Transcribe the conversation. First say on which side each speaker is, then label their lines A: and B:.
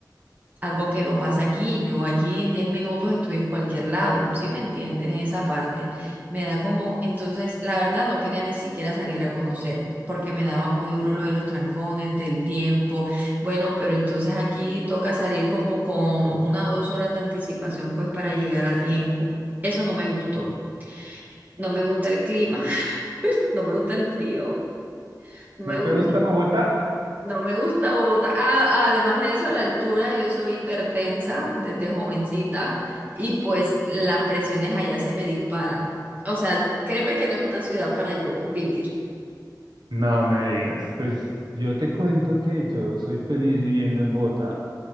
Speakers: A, on the right (about 25°); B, on the right (about 80°).
A: Algo que no pasa aquí. Yo aquí en 10 minutos estoy en cualquier lado. ¿Sí me entiendes? Esa parte. Me da como, entonces, la verdad no quería ni siquiera salir a conocer. porque me daba muy duro lo de los trancones, del tiempo. Bueno, pero entonces aquí toca salir como con una o dos horas de anticipación, pues para llegar a tiempo. Eso no me gustó. No me gusta el clima. No me gusta el frío. No
B: ¿No
A: me
B: te
A: gusta,
B: gusta Bogotá? <laughs>
A: no me gusta Bogotá. Ah, además de eso, a la altura, yo soy hipertensa desde jovencita y pues las presiones allá se me disparan. O sea, créeme que no es una ciudad para yo vivir.
B: No me digas. Pues yo te cuento que yo soy feliz viviendo en Bogotá.